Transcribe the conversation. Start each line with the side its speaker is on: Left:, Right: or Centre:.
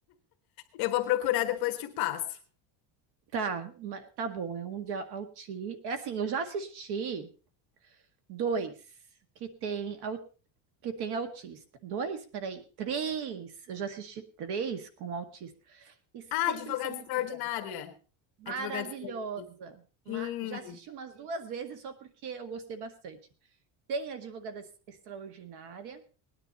Left: Eu vou procurar depois te passo.
Right: Tá, ma- tá bom, é um de au- auti... É assim, eu já assisti dois que tem, au- que tem autista. Dois? Peraí, três! Eu já assisti três com autista. E sempre
Left: Ah, Advogada
Right: são
Left: Extraordinária.
Right: muito bons. Maravilhosa!
Left: Advogada Extraordinária.
Right: Ma-
Left: Sim,
Right: Já assisti umas duas vezes só porque eu gostei bastante. Tem Advogada Ex- Extraordinária,